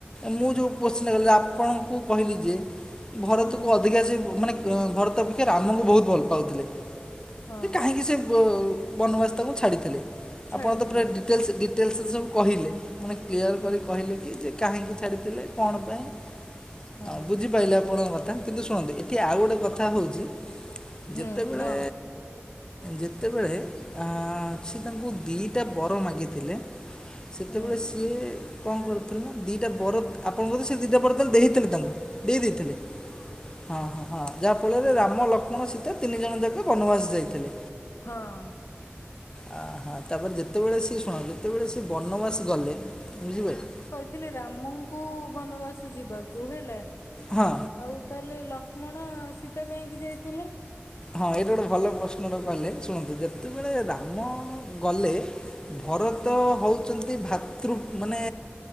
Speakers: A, on the left (about 20°); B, on the left (about 80°).
A: ମୁଁ ଯୋଉ କୋଶ୍ଚିନ୍ ଟା କଲି ଆପଣଙ୍କୁ କହିଲି ଯେ ଭରତକୁ
B: ହୁଁ
A: ଅଧିକା ସେ ମାନେ ଭରତ ଅପେକ୍ଷା ରାମଙ୍କୁ ବହୁତ ଭଲ ପାଉଥିଲେ।
B: ହଁ
A: ଯେ କାହିଁକି ସେ ବ ବନବାସ ତାଙ୍କୁ ଛାଡ଼ିଥିଲେ
B: ଛାଡ଼ିଥିଲେ
A: ଆପଣ ତା ପୁରା ଡିଟେ ଟେଲ୍ସ ଡିଟେଲ୍ସ ସବୁ କହିଲେ ମାନେ କ୍ଲିୟର
B: ହୁଁ
A: କରି କହିଲେ କି ଯେ କାହିଁକି ଛାଡ଼ିଥିଲେ କଣ ପାଇଁ,
B: ହୁଁ
A: ହଁ ବୁଝିପାଇଲେ ଆପଣଙ୍କ କଥା? କିନ୍ତୁ ଶୁଣନ୍ତୁ ଏଠି ଆଉ ଗୋଟେ କଥା ହଉଛି
B: ହୁଁ
A: ଯେତେବେଳେ
B: ହଁ
A: ଯେତେବେଳେ ଆଁ ସିଏ ତାଙ୍କୁ ଦିଟା ବର ମାଗିଥିଲେ ସେତେବେଳେ
B: ହୁଁ
A: ସିଏ କଣ କରୁଥିଲେ ନା ଦିଟା ବର ଆପଣଙ୍କ ସେ ଦିଟା ବର ତାହେଲେ ଦେଇଥିଲେ ତାଙ୍କୁ। ଦେଇ ଦେଇଥିଲେ ହଁ। ହଁ ଯାହାଫଳରେ ରାମ ଲକ୍ଷ୍ମଣ ସୀତ ତିନି ଜଣ ଯାକ ବନବାସ ଯାଇଥିଲେ।
B: ହଁ
A: ଆ ହଁ ତାପରେ ଯେତେବେଳେ ସିଏ ଶୁଣ ଯେତେବେଳେ ସେଏ ବନବାସ ଗଲେ ବୁଝିପାରିଲ
B: ଥିଲେ ରାମଙ୍କୁ ବନବାସ ଯିବାକୁ ହେଲା।
A: ହଁ
B: ଆଉ ତାହେଲେ ଲକ୍ଷ୍ମଣ ସୀତ କାହିଁକି ଯାଇଥିଲେ?
A: ହଁ ଏଇଟା ଗୋଟେ ଭଲ ପ୍ରଶ୍ନଟେ କଲେ। ଶୁଣନ୍ତୁ ଯେତେବେଳେ ରାମ ଗଲେ ଭରତ
B: ହଁ।
A: ହହୋଉଛନ୍ତି ଭାତୃ ମାନେ